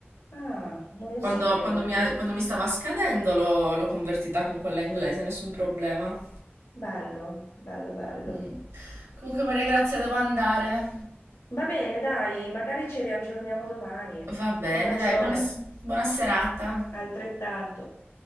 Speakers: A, on the left (about 75°); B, on the right (about 85°).
A: Ah, non lo
B: Quando,
A: sapevo.
B: quando
A: pe-
B: mi, ha- quando mi stava scadendo l'ho l'ho convertita con quella inglese, nessun problema.
A: Bello, bello, bello.
B: Mm. Comunque, Maria Grazia, devo andare.
A: Va bene, dai, magari ci riaggiorniamo domani.
B: Va bene,
A: Un bacione,
B: dai, buona, buona serata.
A: altrettanto.